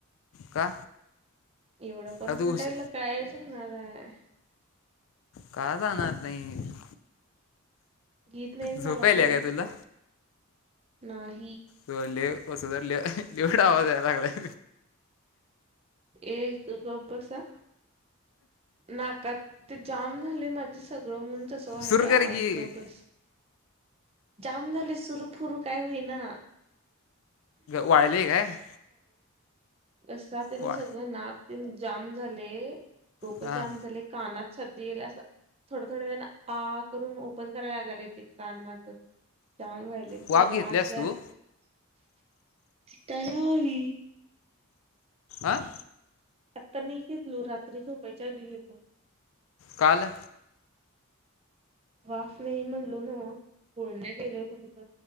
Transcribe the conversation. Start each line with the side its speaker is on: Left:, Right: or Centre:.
Left: का
Right: एवढं पर्सेंटाईला
Left: अ तू हुश
Right: कायच होणार आहे
Left: का जाणार नाही
Right: घीत नाहीत
Left: झोपायला
Right: मला कोण
Left: काय तुला
Right: नाही
Left: तू लिह कसो तर लि एवडा आवाजयला लागला
Right: ए तू गप् बसअ नाकात ते जाम झाले माझं सगळं म्हून तस वाहिल
Left: सुरू कर
Right: आवाज
Left: की
Right: गबस जाम झालयं, सुर फुरू काय होईना?
Left: वायलय काय?
Right: घसा तेनि
Left: वा
Right: सगळ नाक तेन जाम झालय, डोकं
Left: हां
Right: जाम झालय, कानात सर्दीईल असं. थोड थोड वेळानं आ करून, ओपन करायला लागालय ते कान माझं. जॅम व्हायलय
Left: वाफ
Right: सगळ्
Left: घेतल्यास
Right: आतल्या
Left: तू
Right: आत तलावी
Left: आं?
Right: आत्ता मी एक घेतलो. रात्री झोपयच्या आधी घेतो.
Left: काल?
Right: वाफ नाही म्हणलो न्हव, गुळण्या केलोय फक्त.